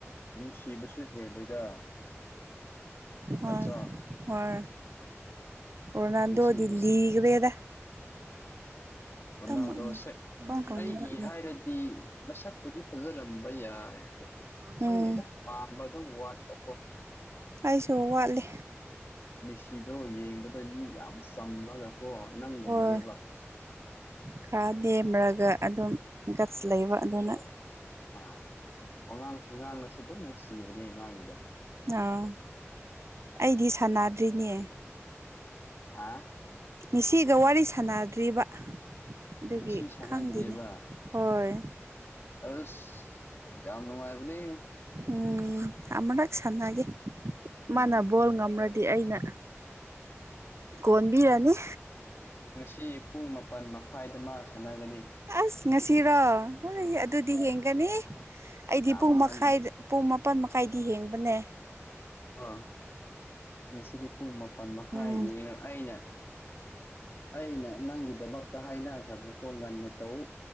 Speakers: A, on the left; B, on the right.
A: ꯅꯨꯁꯤꯕꯁꯨ ꯍꯦꯜꯂꯤꯗ
B: ꯍ
A: ꯅꯠꯇ꯭ꯔꯣ
B: ꯍꯣꯏ ꯔꯣꯅꯥꯗꯣꯗꯤ
A: ꯅꯨꯡꯁꯤꯕꯁ
B: ꯂꯤꯈ꯭ꯔꯗ
A: ꯔꯣꯅꯥꯜꯗꯣꯁꯦ
B: ꯇꯝꯃꯛꯅ ꯄ꯭ꯔꯣꯡ ꯇꯣꯡꯅꯤꯡꯂꯛꯅꯤ
A: ꯑꯩꯒꯤ ꯍꯥꯏꯔꯗꯤ ꯃꯁꯛꯄꯨꯗꯤ ꯐꯖꯔꯝꯕ ꯌꯥꯏ ꯑꯗꯨ ꯈꯪꯗꯦꯗ
B: ꯎꯝ
A: ꯄꯥꯝꯕ ꯑꯗꯨꯝ ꯋꯥꯠꯄꯀꯣ꯫
B: ꯑꯩꯁꯨ ꯋꯥꯠꯂꯤ
A: ꯃꯤꯁꯤꯗꯣ ꯌꯦꯡꯕꯗ ꯃꯤ ꯌꯥꯝ ꯆꯝꯃꯒꯀꯣ ꯅꯪꯒꯨꯝꯕꯅꯦꯕ꯫
B: ꯍꯣꯏ ꯈꯔ ꯅꯦꯝꯃꯔꯒ ꯑꯗꯨꯝ ꯒꯠꯁ ꯂꯩꯕ ꯑꯗꯨꯅ
A: ꯑꯥ ꯋꯥꯉꯥꯡꯁꯨ- ꯁꯥꯉꯥꯡꯒꯁꯨ ꯑꯗꯨꯝ ꯅꯨꯡꯁꯤꯕꯅꯦ ꯃꯥꯒꯤꯗꯣ
B: ꯑꯥ ꯑꯩꯗꯤ ꯁꯥꯟꯅꯗ꯭ꯔꯤꯅꯦ꯫
A: ꯍꯥ
B: ꯃꯤꯁꯤꯗꯣ ꯋꯥꯔꯤ ꯁꯥꯟꯅꯗ꯭ꯔꯤꯕ ꯑꯗꯨꯒꯤ
A: ꯉꯁꯤ ꯁꯥꯟꯅꯗ꯭ꯔꯦꯕ
B: ꯈꯪꯗꯦꯅꯦ ꯍꯣꯏ꯫
A: ꯑꯁ ꯌꯥꯝ ꯅꯨꯡꯉꯥꯏꯕꯅꯦ꯫
B: ꯎꯝ ꯑꯃꯔꯛ ꯁꯥꯅꯒꯦ
A: ꯎꯝ
B: ꯃꯥꯟꯅ ꯕꯣꯜ ꯉꯝꯔꯗꯤ ꯑꯩꯅ ꯀꯣꯟꯕꯤꯔꯅꯤ꯫
A: ꯉꯥꯁꯤ ꯄꯨꯡ ꯃꯥꯄꯟ ꯃꯈꯥꯏꯗ ꯃꯥ ꯁꯥꯟꯅꯒꯅꯤ꯫
B: ꯑꯁ ꯉꯁꯤꯔꯣ ꯍꯣꯏ ꯑꯗꯨꯗꯤ ꯌꯦꯟꯒꯅꯤ ꯑꯩꯗꯤ
A: ꯌꯥꯝ
B: ꯄꯨꯡ ꯃꯈꯥꯏꯗ
A: ꯉꯟ
B: ꯄꯨꯡ ꯃꯥꯄꯜ ꯃꯈꯥꯏꯗꯤ ꯍꯦꯡꯕꯅꯦ
A: ꯑꯥ ꯉꯁꯤꯗꯤ ꯄꯨꯡ ꯃꯥꯄꯜ ꯃꯈꯥꯏ
B: ꯎꯝ
A: ꯌꯦꯡꯉ ꯑꯩꯅ ꯑꯩꯅ ꯅꯪꯒꯤꯗꯃꯛꯇ ꯍꯥꯏꯅꯈ꯭ꯔꯕꯀꯣ ꯉꯟꯅ ꯇꯧ